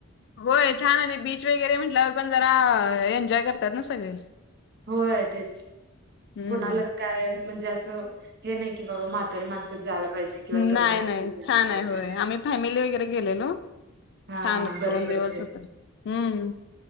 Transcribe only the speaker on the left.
होय छान आणि बीच वगैरे म्हटल्यावर पण जरा एन्जॉय करतात ना सगळे
हम्म.
नाही
नाही
छान
आहे होय आम्ही फॅमिली वगैरे गेलेलो
छान होत
दोन
दिवस होत हम्म